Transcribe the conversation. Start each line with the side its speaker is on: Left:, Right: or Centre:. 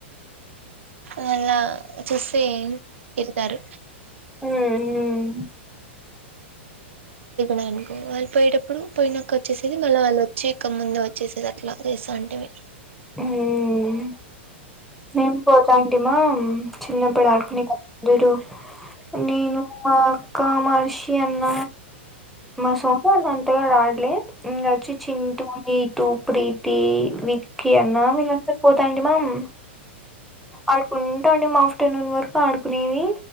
Right: మళా చుసేం తిడతారు
Centre: హ్మ్
Right: నేనుకో పోయేటప్పుడు పోయినంక వచ్చేసేది మళ్ళ వాళ్ళ వచ్చి ఇక ముందు వచ్చేసేద ఇట్లా రెసంటివి
Centre: ఉమ్ మేం పో కాంటీమా చిన్నప్పుడు ఆడుకుని కందడు నినో కామర్షి అన్న మా సొఫా దాన్ తే డాడీ లే ఇంగ అచ్చి చింటూ ఈ టు ప్రీతి వి కి అన్నా వీళ్ళందర్ పొ తండి మమ్ ఆడుకున్ ట్టండి మా ఆఫ్టర్నూన్ వరకు ఆడుకునేది